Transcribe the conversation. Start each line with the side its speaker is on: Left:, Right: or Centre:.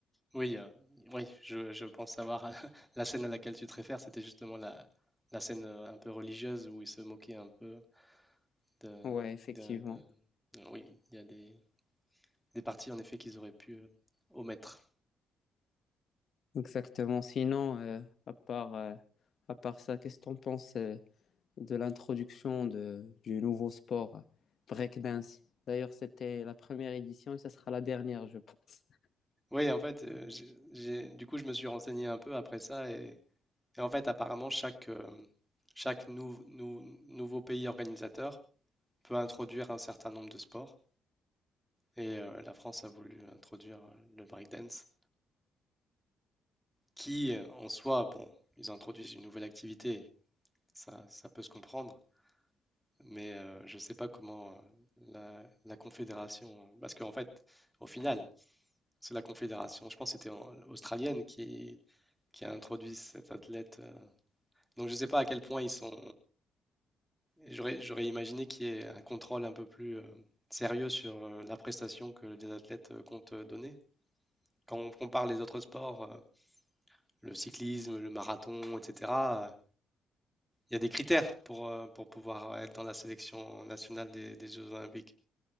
Centre: Oui, euh, oui, je, je pense savoir <laughs> la scène à laquelle tu te réfères, c'était justement la, la scène euh, un peu religieuse où ils se moquaient un peu de,
Left: Ouais, effectivement,
Centre: de- de- de- oui, il y a des, des parties en effet qu'ils auraient pu euh, omettre.
Left: exactement. Sinon, euh, à part euh, à part ça, qu'est-ce que t'en penses? euh, de l'introduction de, du nouveau sport breakdance. D'ailleurs, c'était la première édition et ça sera la dernière, je pense. <laughs>
Centre: Oui, en fait, euh, j'ai, j'ai- du coup, je me suis renseigné un peu après ça et, et en fait, apparemment, chaque, euh, chaque nou- nou- nouveau pays organisateur peut introduire un certain nombre de sports et euh, la France a voulu introduire euh, le breakdance. qui, euh, en soi, bon, ils introduisent une nouvelle activité, ça, ça peut se comprendre, mais euh, je ne sais pas comment euh, la, la Confédération, parce qu'en fait, au final, c'est la Confédération, je pense que c'était en- australienne qui, qui a introduit cet athlète. euh. donc je ne sais pas à quel point ils sont... J'aurais, j'aurais imaginé qu'il y ait un contrôle un peu plus euh, sérieux sur euh, la prestation que les athlètes euh, comptent euh, donner. Quand on compare les autres sports, euh, le cyclisme, le marathon, etc. il y a des critères pour, euh, pour pouvoir être dans la sélection nationale des, des Jeux Olympiques.